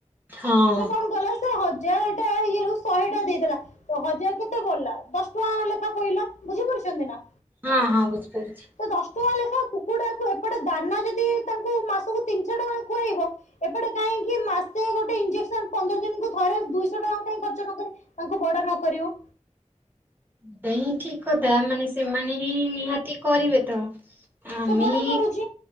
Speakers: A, on the right (about 15°); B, on the left (about 75°).
A: ହଁ
B: ସେ କଣ କଲା ସେ ହଜାର ଟା ଇଏରୁ ଶହେ ଟା ଦେଇଦେଲା। ତ ହଜାରେ କେ କେତେ ପଡ଼ିଲା ଦଶଟଙ୍କା ଲେଖାଏଁ ପଡ଼ିଲା ବୁଝି ପାରୁଛନ୍ତି ନା।
A: ହଁ- ହଁ ବୁଝିପାରୁୁଛି।
B: ତ ଦଶ ଟଙ୍କା ଲେଖା କୁକୁଡ଼ାକୁ ଏପଟେ ଦାନା ଯଦି ତାଙ୍କୁ ମାସକୁ ତିନିସ ଟଙ୍କା ଖୁଆଇବ ଏପଟେ କାହିଁକି ମାସେ ଗୋଟେ ଇଞଜେସନ ପନ୍ଦର ଦିନକୁ ଥରେ ଦୁଇଶହ ଟଙ୍କା କଁ ଖର୍ଚ୍ଚ କରି ତାଙ୍କୁ ବଡ ନ କରିବୁ।
A: ଏଟା ହିଁ ଠିକ କଥା ମାନେ ସେମାନେ ହିଁ ନିହାତି କରିବେ ତ। ଆମେ
B: ସେ ବଡ କରୁଛି